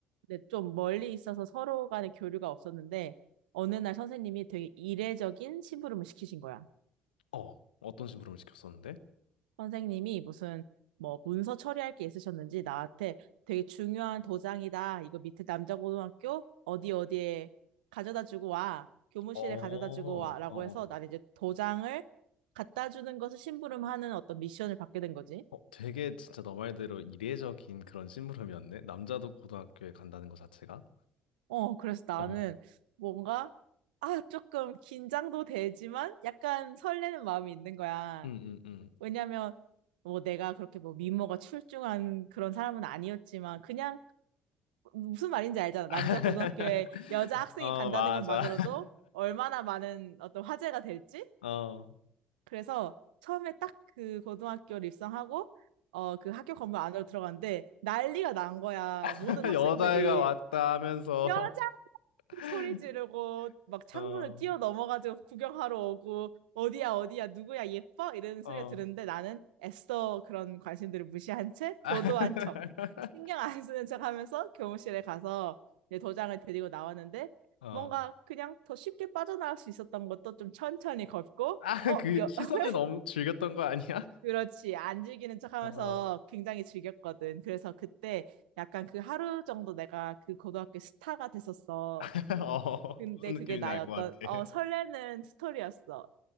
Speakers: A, on the right; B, on the left.
A: 근데 좀 멀리 있어서 서로 간에 교류가 없었는데, 어느 날 선생님이 되게 이례적인 심부름을 시키신 거야.
B: 어, 어떤 심부름을 시켰었는데?
A: 선생님이 무슨 뭐 문서 처리할 게 있으셨는지 나한테 되게 중요한 도장이다. 이거 밑에 남자고등학교 어디 어디에 가져다 주고 와. 교무실에
B: 어, 어,
A: 가져다 주고 와라고
B: 어.
A: 해서 난 이제 도장을 갖다 주는 것을 심부름하는 어떤 미션을 받게 된 거지.
B: 어, 되게 진짜 너 말대로 이례적인 그런 심부름이었네. 남자도 고등학교에 간다는 것 자체가.
A: 어, 그래서 나는
B: 어,
A: 뭔가 아, 조금 긴장도 되지만 약간 설레는 마음이 있는 거야.
B: 응, 응, 응.
A: 왜냐면 뭐 내가 그렇게 뭐 미모가 출중한 그런 사람은 아니었지만 그냥 무슨 말인지 알잖아. 남자
B: <laughs>
A: 고등학교에 여자 학생이
B: 어,
A: 간다는
B: 맞아.
A: 것만으로도
B: <laughs>
A: 얼마나 많은 어떤 화제가 될지.
B: 어,
A: 그래서 처음에 딱 그 고등학교를 입성하고 어, 그 학교 건물 안으로 들어갔는데 난리가 난 거야.
B: <laughs>
A: 모든 학생들이
B: 여자애가 왔다 하면서,
A: 여자 <laughs>
B: <laughs>
A: 소리 지르고 막 창문을
B: 어,
A: 뛰어 넘어가지고 구경하러 오고 어디야 어디야 누구야 예뻐 이런
B: 어,
A: 소리가 들었는데 나는 애써 그런 관심들을 무시한 채 도도한
B: 아, <laughs>
A: 척 신경 안 쓰는 척 하면서 교무실에 가서 이제 도장을 들이고 나왔는데
B: 어.
A: 뭔가 그냥 더 쉽게 빠져나갈 수 있었던 것도 좀 천천히 걷고
B: 아,
A: 어
B: 그
A: 여,
B: 시선을
A: <laughs>
B: 너무 즐겼던 거 아니야?
A: 그렇지 안 즐기는 척 하면서
B: 어,
A: 굉장히 즐겼거든 그래서 그때 약간 그 하루 정도 내가 그 고등학교 스타가 됐었어
B: <laughs> 어,
A: 근데
B: 무슨
A: 그게
B: 느낌인지
A: 나의
B: 알
A: 어떤
B: 것 같아.
A: 어 설레는 스토리였어.